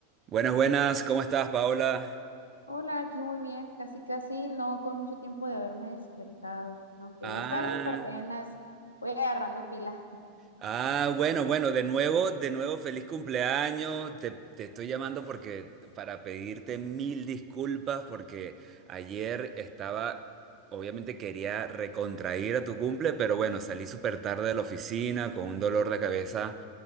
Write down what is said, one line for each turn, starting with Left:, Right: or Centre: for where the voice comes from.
Right: Buenas, buenas, ¿cómo estás, Paola?
Left: Hola, aquí muy bien, casi casi, no con mucho tiempo de haberme despertado, aunque
Right: Ah,
Left: ya es tarde, pero apenas voy agarrando pila.
Right: ah, bueno, bueno, de nuevo, de nuevo, feliz cumpleaños. Te, te estoy llamando porque para pedirte mil disculpas porque ayer estaba, obviamente quería recontrair a tu cumple, pero bueno, salí súper tarde de la oficina con un dolor de cabeza